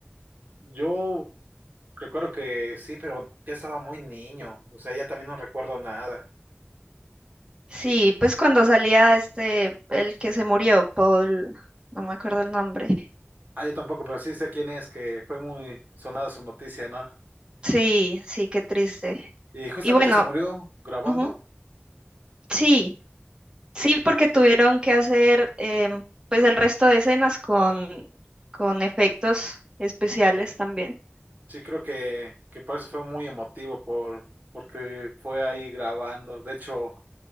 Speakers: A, on the right (about 45°); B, on the right (about 20°).
A: Yo recuerdo que sí, pero ya estaba muy niño. O sea, ya también no recuerdo nada.
B: Sí, pues cuando salía este, el que se murió, Paul, no me acuerdo el nombre.
A: Ah, yo tampoco, pero sí sé quién es, que fue muy sonada su noticia, ¿no?
B: Sí, sí, qué triste.
A: Y justamente
B: Y bueno,
A: se murió grabando.
B: ujú, sí, sí, porque tuvieron que hacer em, pues el resto de escenas con, con efectos especiales también.
A: Sí, creo que, que por eso fue muy emotivo, por, porque fue ahí grabando. De hecho,